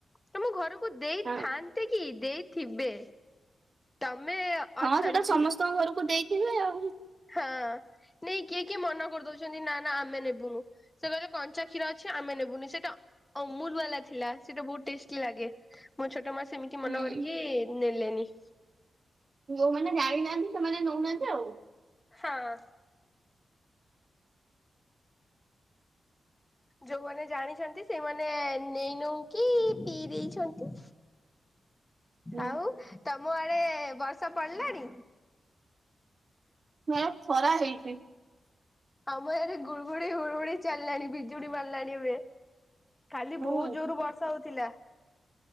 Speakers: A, on the left; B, on the right.
A: ତମ ଘରକୁ ଦେଇଥାନ୍ତେ
B: ହଁ।
A: କି? ଦେଇଥିବେ, ତମେ
B: ହଁ
A: ଅଛନ୍ତି
B: ସେଟା ସମସ୍ତଙ୍କ ଘରକୁ ଦେଇଥିବେ ଆଉ
A: ହଁ ନେଇ କିଏ କିଏ ମନା କରିଦଉଛନ୍ତି -ନା ନା ଆମେ ନେବୁନୁ, ସେ କହିଲେ କଞ୍ଚା କ୍ଷୀର ଅଛି ଆମେ <unintelligible> ସେଟା ଅମୁଲ ବାଲା ଥିଲା ସେଟା ବହୁତ ଟେଷ୍ଟି ଲାଗେ, ମୋ ଛୋଟ ମା ସେମିତି
B: ହୁଁ
A: ମନ କରିକି ନେଲେନି
B: ଯୋଉମାନେ ଜାଣିନାହାନ୍ତି, ସେମାନେ ନଉନାହାନ୍ତି ଆଉ
A: ହଁ ଯୋଉମାନେ ଜାଣିଛନ୍ତି ସେମାନେ ନେଇ ନଉକି ପିଇ ଦେଇଛନ୍ତି।
B: ହୁଁ
A: ଆଉ ତମ ଆଡେ ବର୍ଷା ପଡିଲାଣି।
B: ହଁ ଖରା ହେଇଛି।
A: ଆମର ଏରେ ଗୁଡ଼ୁଗୁଡି ଗୁଡ଼ଘୁଡି ଚାଲିଲାଣି ବିଜୁଡି ମାରିଲାଣି ଏଵେ କାଲି
B: ହଁ
A: ବହୁତ ଜୋର ବର୍ଷା ହଉଥିଲା।